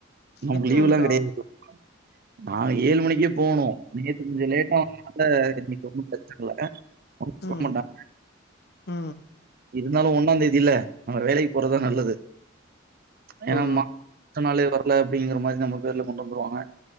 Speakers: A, on the right; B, on the left.
A: நமக்கு
B: எத்தன
A: லீவெல்லா
B: மணிக்கா
A: கெடையாது நா ஏழு மணிக்கே போனு நேத்து கொஞ்சோ லேட்டா வந்தே த இன்னைக்கு ஒன்னு பிரச்சன இல்ல
B: அ
A: ஆமாண்டா
B: ஆ
A: இருந்தாலு ஒன்னா தேதில நம்ம வேலைக்கு போறதா நல்லது ஏன்னா
B: ஓ
A: மா அடுத்த நாளே வரு இல்ல அப்படிங்கிற மாரி நம்ம பேர்ல கொண்டு வந்துருவாங்க